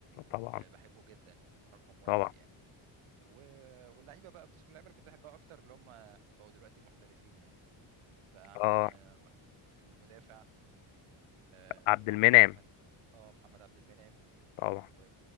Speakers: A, on the left; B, on the right.
A: طبعا
B: آه، بحبه جدا رقم واحد
A: طبعا
B: يعني و- واللعيبه بقى بس اللعيبه اللي كنت احبها اكتر اللي هم بقوا دلوقتي محترفين يعني بقى عندنا
A: اه
B: المدافع آه
A: عبد
B: وعندنا
A: المنعم
B: كمان اه محمد عبد المنعم
A: طبعا
B: و...